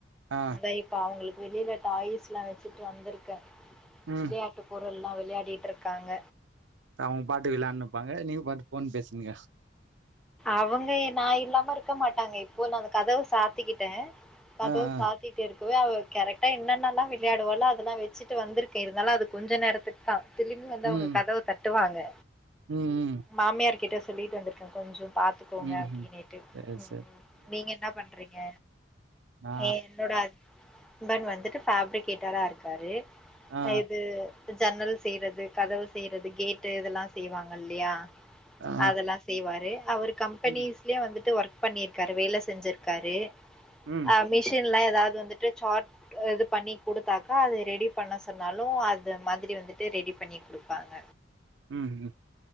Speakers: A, on the right; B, in the centre.
A: ஆ
B: அதான் இப்ப அவங்களுக்கு வெளியில டாய்ஸ்லாம் வச்சுட்டு வந்திருக்கே
A: ம்
B: விளையாட்டு பொருள்லாம் விளையாடிட்டு இருக்காங்க
A: அவுங் பாத்து விளான்டுனிப்பாங்க நீங்க பாத்து ஃபோன் பேசுங்க
B: அவங்க நான் இல்லாம இருக்க மாட்டாங்க இப்ப நான் அந்த கதவ சாத்திக்கிட்டேன் கதவு
A: ஆ, ஆ.
B: சாத்திட் இரு இப்பவே அவ கரெக்டா என்னன்னல்லாம் விளையாடுவாலோ அதெல்லா வச்சுட்டு வந்திருக்கேன் இருந்தாலு அது கொஞ்ச நேரத்துக் தான் திரும்பி வந்து அவுங்க
A: ம்.
B: கதவ தட்டுவாங்க
A: ம், ம்.
B: மாமியார் கிட்ட சொல்லிட்டு வந்திருக்கேன் கொஞ்சோ பாத்துக்கோங்க
A: ம்ஹ்ம்.
B: அப்டினேட்டு
A: சரி,
B: உம்
A: சரி.
B: நீங்க என்ன பண்றீங்க
A: நா
B: என்னோட ஹஸ்பண்ட் வந்துட்டு ஃபேப்ரிக்கேட்டரா இருக்காரு
A: ஆ,
B: இது ஜன்னல் செய்றது கதவு செய்றது கேட்டு இதெல்லாம் செய்வாங் இல்லையா
A: ஆ.
B: அதெல்லா செய்வாரு அவரு கம்பெனிஸ்லியே
A: ம்,
B: வந்த் வந்துட்டு ஒர்க் பண்ணியிருக்காரு வேலை செஞ்சிருக்காரு
A: ம்,
B: அ மிஷின் ஃபுல்லா ஏதாவது வந்துட்டு சாட் இது பண்ணி குடுத்தாக்கா அது ரெடி பண்ண சொன்னாலும் அது மாதிரி வந் துட்டு ரெடி பண்ணி குடுப்பாங்க
A: ம்ம்